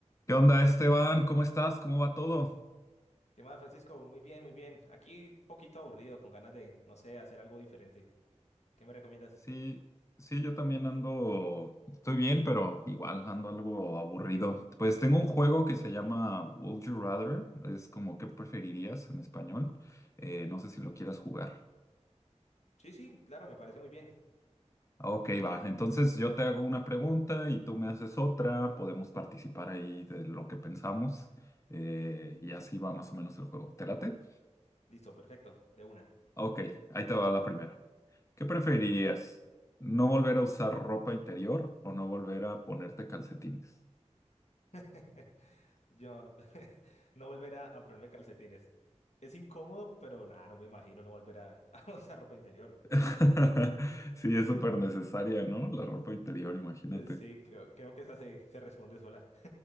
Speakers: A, on the left; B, on the left.
A: ¿Qué onda, Esteban? ¿Cómo estás? ¿Cómo va todo?
B: ¿Qué más, Francisco? Muy bien, muy bien. Aquí un poquito aburrido, con ganas de, no sé, hacer algo diferente. ¿Qué me recomiendas?
A: Sí, sí, yo también ando, estoy bien, pero igual ando algo aburrido. Pues tengo un juego que se llama Would You Rather, es como ¿qué preferirías en español? Eh, no sé si lo quieras jugar.
B: Sí, sí, claro, me parece muy bien.
A: Ah, Ok, va. Entonces yo te hago una pregunta y tú me haces otra, podemos participar ahí de lo que pensamos eh, y así va más o menos el juego. ¿Te late?
B: Listo, perfecto, de una.
A: Ok, ahí te va la primera. ¿Qué preferirías? ¿No volver a usar ropa interior o no volver a ponerte calcetines?
B: <laughs> Yo <laughs> no volver a, a ponerme calcetines. Es incómodo, pero nada, no me imagino no volver a, <laughs> a usar ropa interior.
A: <laughs> Sí, es súper necesaria, ¿no? La ropa interior, imagínate.
B: Eh, Sí, creo, creo que esa se, se responde sola.